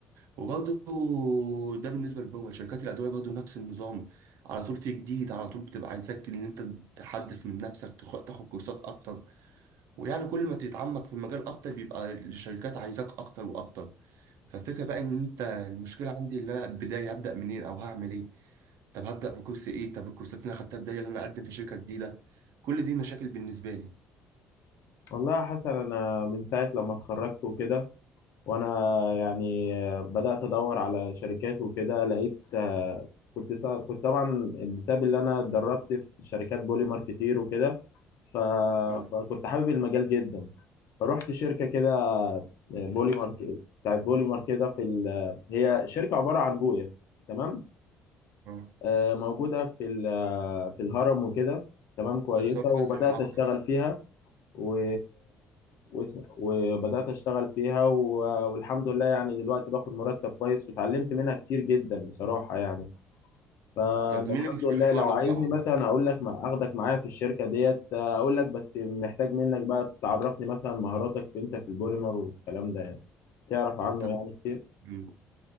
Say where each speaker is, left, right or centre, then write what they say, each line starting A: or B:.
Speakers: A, on the right (about 75°); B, on the left (about 65°).
A: وبرضه ده بالنسبه للبرمجه شركات الادويه برضه نفس النظام على طول في جديد على طول بتبقى عايزاك ان انت تحدث من نفسك تخ- تاخد كورسات اكتر ويعني كل ما تتعمق في المجال اكتر بيبقى الشركات عايزاك اكتر واكتر فالفكره بقى ان انت المشكله عندي ان انا البدايه هبدا منين او هعمل ايه طب هبدا بكورس ايه طب الكورسات اللي انا خدتها بدايه اللي انا اقدم في شركه جديده كل دي مشاكل بالنسبه لي
B: والله يا حسن انا من ساعة لما اتخرجت وكده وانا يعني بدات ادور على شركات وكده لقيت آه، كنت سا... كنت طبعا بسبب اللي انا اتدربت في شركات بوليمر كتير وكده ف...
A: مم.
B: فكنت حابب المجال جدا فروحت شركه كده آه، بوليمر ك- بتاعت بوليمر كده في ال... هي شركه عباره عن بويه تمام
A: آه.
B: آه، موجوده في ال... آه، في الهرم وكده تمام كويسه
A: طب ثواني
B: وبدات
A: بس المعطل
B: اشتغل فيها و... و... وبدأت أشتغل فيها و... والحمد لله يعني دلوقتي باخد مرتب كويس وتعلمت منها كتير جدا بصراحة يعني فالحمد
A: طب مين اللي
B: لله
A: بيشرحها
B: لو عايزني
A: لك يا عمر؟
B: مثلا أقول لك ما أخدك معايا في الشركة ديت أقول لك بس محتاج منك بقى تعرفني مثلا مهاراتك في أنت في البوليمر والكلام ده يعني تعرف عنه
A: طب
B: يعني كتير
A: مم.